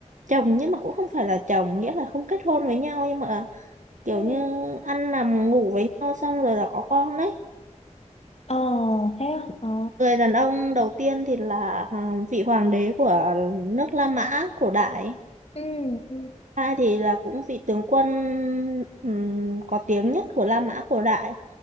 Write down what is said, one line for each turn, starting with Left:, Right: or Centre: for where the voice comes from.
Right: chồng nhưng mà cũng không phải là chồng nghĩa là không kết hôn với nhau nhưng mà kiểu
Left: ừ
Right: như ăn nằm ngủ với nhau xong rồi là có con đấy
Left: ờ thế á ờ
Right: người đàn ông đầu tiên thì là à, vị hoàng đế của nước La Mã cổ đại
Left: ừ ừ
Right: Ai thì là cũng vị tướng quân ừm, có tiếng nhất của La Mã cổ đại